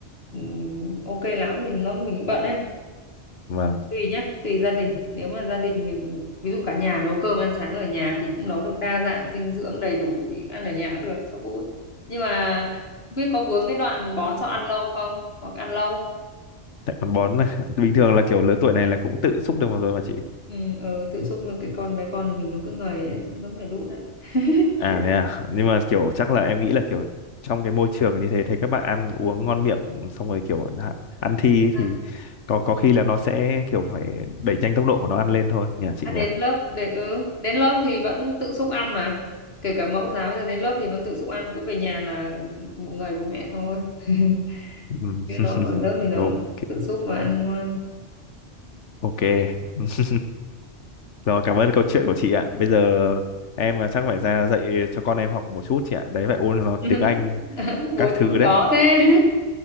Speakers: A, on the left; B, on the left.
A: ừm, ok lắm vì nó mình bận ấy
B: và
A: tùy nhá tùy gia đình nếu mà gia đình mình ví dụ cả nhà nấu cơm ăn sáng ở nhà thì cũng nấu được đa dạng dinh dưỡng đầy đủ thì ăn ở nhà cũng được cho vui nhưng mà không biết có vướng cái đoạn bón cho ăn lâu không hoặc ăn lâu
B: tại con bón này <laughs> bình thường là kiểu lứa tuổi này là cũng tự xúc được một rồi mà chị
A: ừ, ừ tự xúc mà cái con bé con thì mình nó cứ ngầy ấy, vẫn phải đút đấy <laughs>
B: à thế à nhưng mà kiểu chắc là em nghĩ là kiểu trong cái môi trường như thế thấy các bạn ăn uống ngon miệng xong rồi kiểu hạ- ăn thi ấy
A: à,
B: thì có có khi là nó sẽ kiểu phải đẩy nhanh tốc độ của nó ăn lên thôi nhỉ chị
A: à,
B: nhỉ
A: đến lớp để ừ, đến lớp thì vẫn tự xúc ăn mà kể cả mẫu giáo bây giờ đến lớp thì vẫn tự xúc ăn cứ về nhà là ngầy bố mẹ thôi <laughs>
B: Ừm,
A: chứ
B: <laughs>
A: nó ở lớp thì nó
B: ok
A: tự xúc và ăn ngoan
B: ok <laughs> rồi cảm ơn câu chuyện của chị ạ bây giờ em à, chắc phải ra dạy cho con em học một chút chị ạ đấy phải ôn nó
A: <laughs>
B: tiếng Anh các
A: bố
B: thứ
A: chữ
B: đấy
A: khó thế